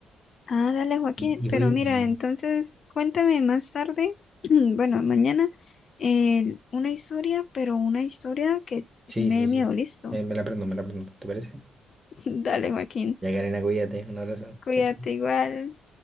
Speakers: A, on the left; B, on the right.
A: ah, dale, Joaquín.
B: Y, y
A: Pero
B: voy.
A: mira,
B: y-
A: entonces cuéntame más tarde, <clears throat> bueno, mañana, eh, una historia, pero una historia que
B: Sí,
A: sí me
B: sí,
A: dé
B: sí.
A: miedo, listo.
B: Me, me la prendo, me la prendo. ¿Te parece?
A: <laughs> Dale, Joaquín.
B: Ya, Karina, cuídate. Un abrazo.
A: Cuídate
B: Chao, chao.
A: igual.